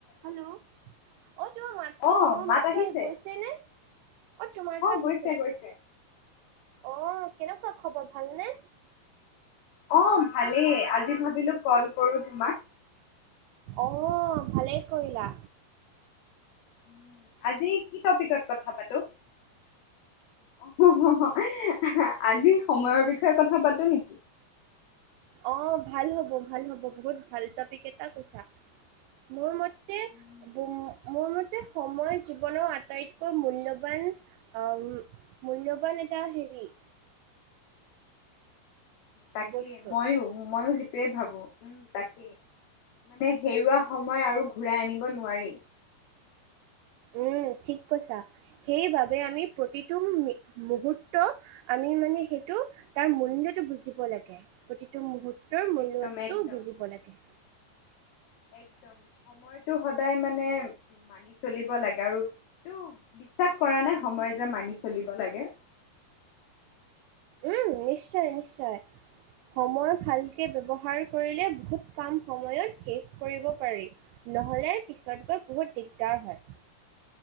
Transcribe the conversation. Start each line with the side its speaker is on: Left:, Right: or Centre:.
Right: Hello অ তোৰ মাতটো
Left: অ'
Right: মোৰ
Left: মাত
Right: মাতটো
Left: আহিছে
Right: আহি গৈছেনে? অ তোমাৰতো আহিছে।
Left: গৈছে গৈছে।
Right: অ' কেনেকুৱা খবৰ, ভালনে?
Left: অ ভালেই আজি ভাবিলো কল কৰো তোমাক।
Right: অ' ভালেই কৰিলা।
Left: উম, আজি কি টপিকত কথা পাতো? অহ হ' হ', আজি সময়ৰ বিষয়ে কথা পাতো নেকি?
Right: অ, ভাল হ'ব-ভাল হ'ব। বহুত ভাল টপিক এটা কৈছা। মোৰ মত্তে
Left: উম,
Right: মোৰ মতে সময় জীৱনৰ আটাইতকৈ মূল্যবান অম, মূল্যবান এটা হেৰি
Left: তাকে
Right: বস্তু
Left: মইও মইও সেই টোৱেই ভাবো। উম, তাকেই মানে হেৰুৱা সময় আৰু ঘূৰাই আনিব নোৱাৰি।
Right: উম ঠিক কৈছা। সেইবাবে আমি প্ৰতিটো মি মুহুৰ্ত আমি মানে সেইটো তাৰ মূল্যটো বুজিব লাগে প্ৰতিটো মূহুৰ্ তৰ মূল্যটো
Left: একদম একদম।
Right: বুজিব লাগে।
Left: একদম সময়টো সদায় মানে মানি চলিব লাগে আৰু এইটো বিশ্বাস কৰা নে সময় যে মানি চলিব লাগে?
Right: উম নিশ্চয়-নিশ্চয়। সময় ভালকে ব্যৱহাৰ কৰিলে বহুত কাম সময়ত শেষ কৰিব পাৰি। নহ'লে পিছত গৈ বহুত দিগদাৰ হয়।